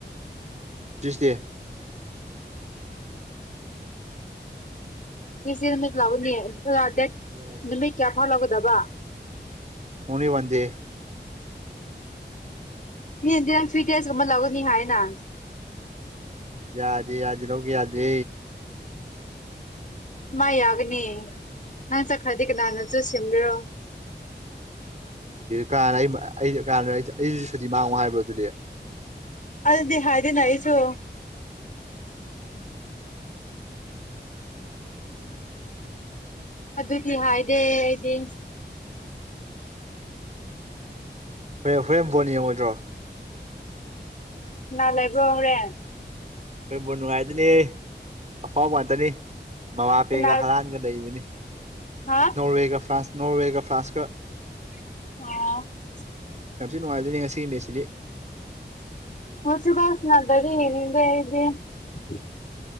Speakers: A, on the right; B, on the left.
A: ꯇꯨꯏꯁꯗꯦ
B: ꯁꯤꯁꯦ ꯅꯨꯃꯤ ꯂꯥꯛꯎꯅꯤ ꯗꯦꯠ
A: ꯌꯦꯁ
B: ꯅꯨꯃꯤꯠ ꯀꯌꯥ ꯐꯥꯎ ꯂꯧꯒꯗꯕ
A: ꯑꯣꯡꯂꯤ ꯋꯥꯟꯗꯦ
B: ꯍꯗꯤ ꯊ꯭ꯔꯤ ꯑꯃꯥ ꯂꯧꯒꯅꯤ ꯍꯥꯏꯑꯦꯅ
A: ꯌꯥꯘꯦ ꯌꯥꯗꯦ ꯂꯧꯒꯦ ꯌꯗꯦ
B: ꯃꯥ ꯌꯥꯒꯅꯤ ꯅꯪ ꯆꯠꯈꯗꯤꯦ ꯀꯅꯥꯅꯁꯨ ꯁꯦꯝꯗꯣꯏꯔꯣ
A: ꯀꯅ ꯀ ꯑꯩꯁꯤ ꯁꯨꯗꯤ ꯃꯥꯡꯉꯣ ꯍꯥꯏꯕ꯭ꯔꯣ ꯑꯗꯨꯗꯤ
B: ꯑꯘꯨ ꯗꯤ ꯍꯥꯏꯥꯏꯗꯤꯅꯑꯩꯁꯨ ꯑꯗꯨꯗꯤ ꯍꯥꯏꯗꯦ ꯑꯩꯗꯤ
A: ꯍꯣꯔꯦꯟ ꯍꯣꯔꯦꯟ ꯕꯣ ꯌꯦꯡꯉꯣꯏꯗ꯭ꯔꯣ
B: ꯅꯥ ꯂꯩꯕ꯭ꯔꯣ ꯍꯧꯔꯦꯟ
A: ꯑꯣꯏꯕꯣꯟ ꯅꯨꯡꯉꯥꯏꯗꯣꯅꯤ ꯑꯐꯥꯎꯕꯉꯛꯇꯅꯤ ꯃꯃꯥꯄꯦꯒ
B: ꯀꯅꯥ
A: ꯍꯔꯥꯟꯒ ꯂꯩꯕꯅꯤ
B: ꯍꯥ
A: ꯅꯣꯔꯋꯦꯒ ꯐ꯭ꯔꯥꯟꯁ ꯅꯣꯔꯋꯦꯒ ꯐ꯭ꯔꯥꯟꯁꯀ
B: ꯑ
A: ꯌꯥꯝꯊꯤ ꯅꯨꯡꯉꯥꯏꯘꯣꯏꯅꯤ ꯉꯁꯤꯒꯤ ꯃꯦꯁꯁꯤꯗꯤ
B: ꯨꯁꯤꯤꯕꯨꯥꯎꯁꯅꯕꯔꯤ ꯌꯦꯗꯦ <unintelligible>